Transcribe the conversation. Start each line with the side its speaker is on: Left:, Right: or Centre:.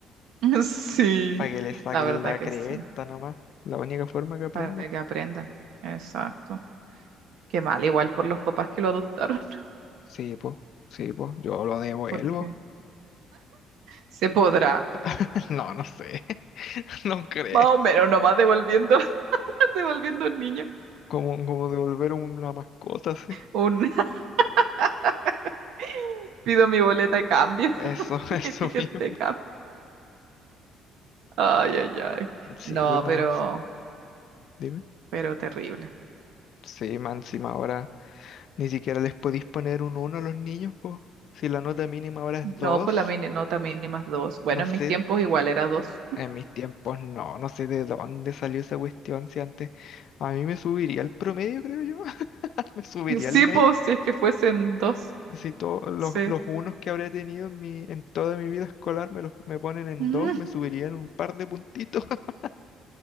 Right: <laughs> sí,
Left: Para que le saquen
Right: la verdad
Left: la
Right: que
Left: cresta
Right: sí,
Left: nomás. La única forma que aprendan.
Right: para que aprendan. Exacto. Qué mal, igual por los papás que lo adoptaron, <laughs>
Left: Sí, pues, sí, pues, yo lo devuelvo.
Right: porque se podrá,
Left: <laughs> No, no sé, <laughs> no creo.
Right: más o menos, nomás devolviendo, <laughs> devolviendo un niño.
Left: Como, como devolver una mascota, sí.
Right: Un <laughs> pido mi boleta de cambio, <laughs>
Left: Eso, <laughs>
Right: mi
Left: eso
Right: ticket
Left: mismo.
Right: de cambio. Ay, ay, ay.
Left: Sí,
Right: No,
Left: pues, man,
Right: pero,
Left: dime.
Right: pero terrible.
Left: Sí, man, encima ahora ni siquiera les podéis poner un uno a los niños, pues. Si la nota mínima ahora es
Right: No,
Left: dos
Right: pues la mini, nota mínima ni dos. Bueno,
Left: no
Right: en
Left: sé,
Right: mis tiempos igual era dos.
Left: en mis tiempos no, no sé de dónde salió esa cuestión, si antes a mí me subiría el promedio, creo yo, <laughs> me subiría
Right: <laughs> Sí,
Left: el NEM.
Right: pues, si es que fuesen dos.
Left: Si to- los,
Right: Sí.
Left: los unos que habré tenido en mi, en toda mi vida escolar me los me ponen en
Right: Mm,
Left: dos, me subirían un par de puntitos. <laughs>